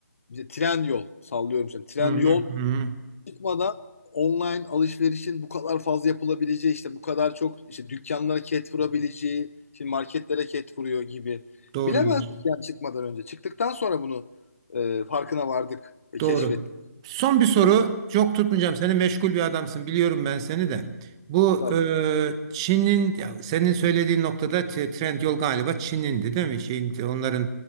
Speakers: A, on the left (about 55°); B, on the right (about 20°).
A: bize tren yol sallıyorum şimdi tren
B: Hı hı,
A: yol
B: hı
A: çıkmadan online alışverişin bu kadar fazla yapılabileceği işte bu kadar çok işte dükkanlara ket vurabileceği şimdi marketlere ket vuruyor gibi
B: Doğru
A: bilemezdik
B: diyorsun.
A: yani çıkmadan önce çıktıktan sonra bunu e, farkına vardık ve
B: Doğru.
A: keşfettik.
B: Son bir soru.
A: Bu
B: Çok tutmayacağım. Seni meşgul bir adamsın. Biliyorum ben seni de. Bu
A: kitabı.
B: e, Çin'in ya senin söylediğin noktada t- trend yol galiba Çin'indi değil mi? Şeyin, onların